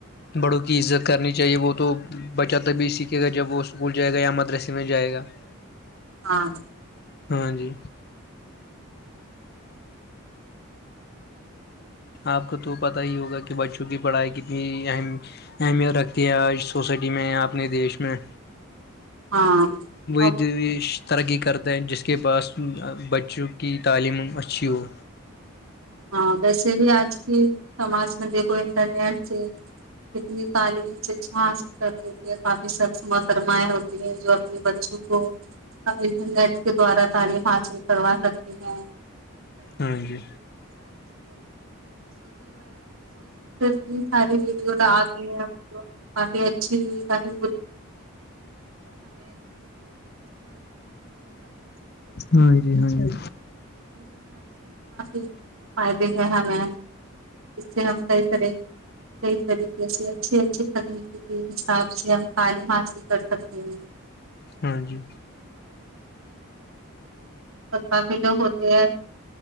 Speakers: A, on the left (about 45°); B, on the right (about 75°).
A: بڑوں کی عزت کرنی چاہیے وہ تو بچہ تبھی سیکھے گا جب وہ اسکول جائے گا یا مدرسے میں جائے گا <inaudible>
B: ہاں
A: ہاں جی آپ کو تو پتا ہی ہوگا کہ بچوں کی پڑھائی کتنی اہم اہمیت رکھتی ہے آج سوسائٹی میں یا اپنے دیش میں
B: ہاں
A: وہی
B: اور
A: دیش ترقی کرتا ہے جس کے پاس بچوں کی تعلیم اچھی ہو
B: ہاں ویسے بھی آج کی سماج میں دیکھو کوئی انٹرنیٹ سے کتنی تعلیم شکچھا حاصل کر لیتی ہے کافی سخت محترمائے ہوتی ہیں جو اپنے بچوں کو انٹرنیٹ کے دوارا تعلیم حاصل کروا سکتے ہیں
A: ہاں جی
B: <unintelligible> یہ ساری ویڈیو ڈالتے ہیں ہم کو کافی اچھی کافی
A: ہاں جی ہاں جی
B: <unintelligible> <unintelligible> فائدے ہیں ہمیں اس سے ہم کئی طرح کئی طریقے سے اچھی اچھی تکنیکی کے حساب سے ھم تعلیم حاصل کریں کر سکتے ہیں
A: ہاں جی
B: بس کافی لوگ ہوتے ہیں